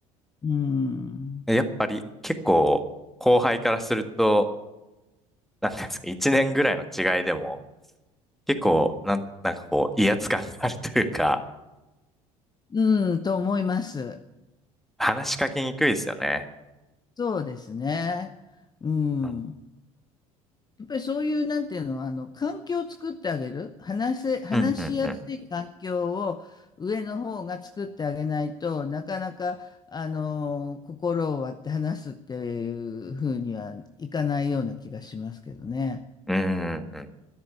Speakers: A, on the left (about 25°); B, in the centre.
A: うん。
B: うんやっぱり結構、後輩からすると、なんていうんですか、一年ぐらいの違いでも、結構、なん、なんかこう、威圧感があるというか、
A: うん、と思います。
B: 話しかけにくいですよね。
A: そうですね。うん。
B: うん
A: やっぱりそういう、なんていうの、あの、環境を作ってあげる。話せ、話しやすい環境を上の方が作ってあげないとなかなか、
B: うん、うん、うん。
A: あの、心を割って話すっていうふうにはいかないような気がしますけどね。
B: うん、うん。うん